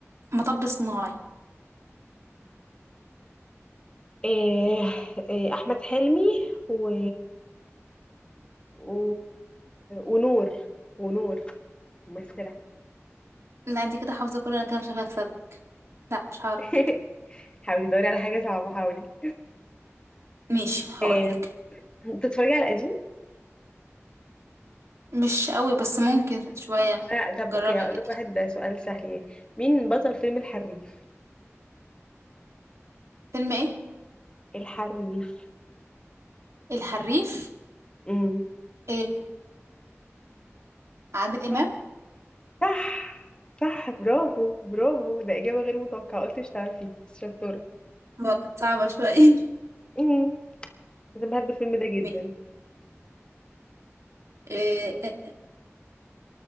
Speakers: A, on the right; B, on the left.
A: مطب صناعي
B: إيه إيه احمد حلمي و... و... ونور ونور ممثله
A: لا انت كده حافظة كله انا كده مش هكسبك سبك لا مش هعرف
B: <laughs>
A: كده
B: حاولي دوري على حاجه صعبه حاولي
A: ماشي هقولك
B: إيه بتتفرجي على القديم
A: مش قوي بس ممكن شوية
B: آه، طب
A: جربي
B: اوكي هقول لك واحد ده سؤال سهل يعني مين بطل فيلم الحريف
A: فيلم ايه
B: الحريف
A: الحريف
B: امم
A: إيه عادل امام
B: صح صح صح برافو برافو ده إجابة غير متوقعة قلتش تعرفي بس شطورة
A: هو كانت صعبة شوية
B: امم انا بحب الفيلم ده جدا
A: <laughs> ماشي. إيه